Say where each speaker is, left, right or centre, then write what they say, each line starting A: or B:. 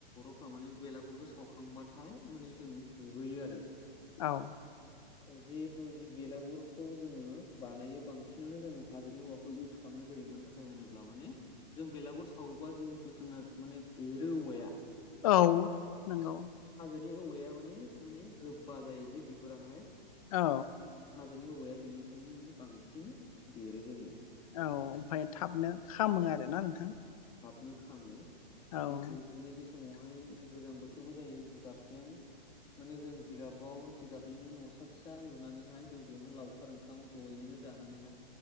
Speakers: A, on the left; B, on the left.
A: फ्राव माने बेलागुरफोरखौ सावखांबाथाय माने जों दुगैयो आरो
B: औ
A: जिहेतु जि बेलागुरखौ जोङो बानायो बां सिनानो जोङो हाजोनि औवाखौ इउस खालामनाय जायो मानो थाखाय होनोब्ला माने जों बेलागुर सावोबा जिहेथु जों माने बेरो औवाया
B: औ नोंगौ।
A: नि औवाया माने माने गोबबा जायो जे बिगुराहाय
B: औ।
A: हाजोनि औवाया बेनिखायनो माने बांसिन बेरो जोंनिया
B: औ ओमफ्राय थाबनो खामो आरोना नोंथां।
A: नो खालामो
B: औ
A: जितु माने बे समावहाय
B: <inaudible>
A: गोजां बोथोरबो जायो जिगाबजों मान जों जिगाव जिगनिनो न' फिसा लुनानैहाय जों बेयावनो लावखार ओंखाम जयैनो जानानै